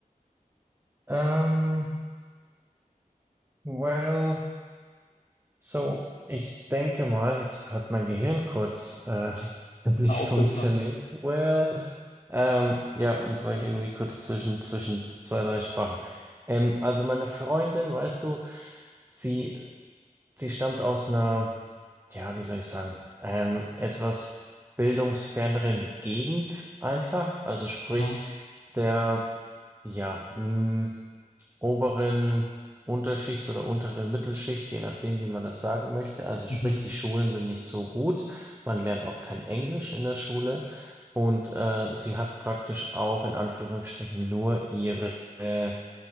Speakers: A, on the right; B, on the left.
A: Ähm, well, so, ich denke mal, jetzt hat mein Gehirn kurz äh, <laughs> nicht
B: Na, Aussetzer.
A: funktioniert. Well, ähm, ja, jetzt war ich irgendwie kurz zwischen, zwischen zwei, drei Sprachen. Ähm, also meine Freundin, weißt du, sie, sie stammt aus einer, ja, wie soll ich sagen, ähm, etwas bildungsferneren Gegend einfach. Also sprich,
B: Aha.
A: der, ja, mh, oberen Unterschicht oder unteren Mittelschicht, je nachdem, wie man das sagen möchte. Also
B: Mhm.
A: sprich, die Schulen sind nicht so gut. Man lernt auch kein Englisch in der Schule. Und äh, sie hat praktisch auch in Anführungsstrichen nur ihre, äh,